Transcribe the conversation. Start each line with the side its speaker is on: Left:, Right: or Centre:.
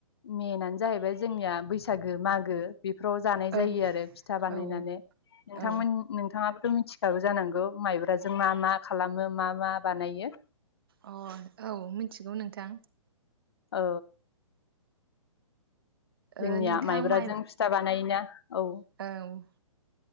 Left: मेनानो जाहैबाय जोंनिया बैसागो, मागो बेफोराव जानाय जायो
Right: ओं
Left: आरो फिथा बानायनानै
Right: ओं
Left: नोंथांमोन
Right: औ
Left: नोंथाङाबोथ' मि फिसाबो जानांगौ माइब्राजों मा मा खालामो मा मा बानायो।
Right: अ औ मिथिगौ नोंथां।
Left: औ।
Right: ओ
Left: जोंनिया
Right: नोंथां
Left: माइब्राजों
Right: माइ
Left: फिथा बानायोना औ
Right: औ